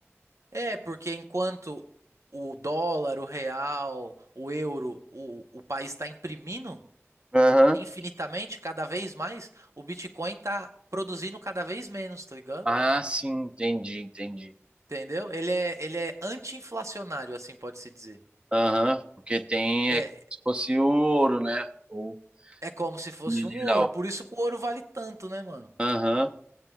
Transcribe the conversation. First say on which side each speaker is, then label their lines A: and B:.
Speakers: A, on the right; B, on the right.
A: É, porque enquanto o dólar, o real, o euro, o, o país está imprimindo
B: Aham.
A: infinitamente, cada vez mais, o Bitcoin está produzindo cada vez menos, tá ligado?
B: Ah, sim, entendi, entendi.
A: Entendeu? Ele é, ele é anti-inflacionário, assim pode-se dizer.
B: Aham. Porque tem.
A: É,
B: É como se fosse o ouro, né? Ou
A: é como se fosse
B: o mineral.
A: um ouro. Por isso que o ouro vale tanto, né, mano?
B: Aham.